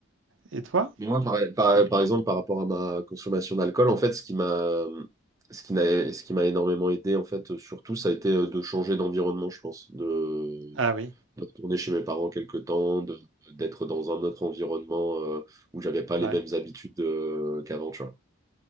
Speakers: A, on the right; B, on the right.
A: Et toi?
B: Moi, par, par- par exemple, par rapport à ma consommation d'alcool, en fait, ce qui m'a, ce qui m'a, ce qui m'a énormément aidé, en fait, surtout, ça a été euh, de changer d'environnement, je pense, de,
A: Ah oui,
B: de retourner chez mes parents quelque temps, de, d'être dans un autre environnement euh, où j'avais pas les
A: ouais.
B: mêmes habitudes euh, qu'avant, tu vois.